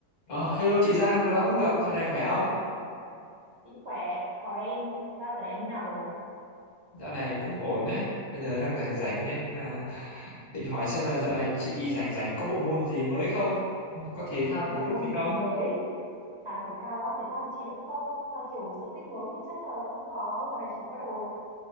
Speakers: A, on the left (about 55°); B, on the right (about 55°).
A: Ờ, hello chị Giang, lâu lắm không gặp, dạo này khỏe không?
B: Chị khỏe, chào em. Sao tuần này em thế nào rồi?
A: Dạo này cũng ổn đấy, bây giờ đang rảnh rảnh nên à, định hỏi xem là dạo này chị rảnh rảnh có bộ môn gì mới không? Ừ, Có thể thao,
B: Bộ
A: thể thao
B: môn
A: gì không?
B: gì mới? À thể thao á, thể thao thì chị vẫn không, nhưng mà kiểu sở thích mới thì chắc là vẫn có. Dạo này chị bắt đầu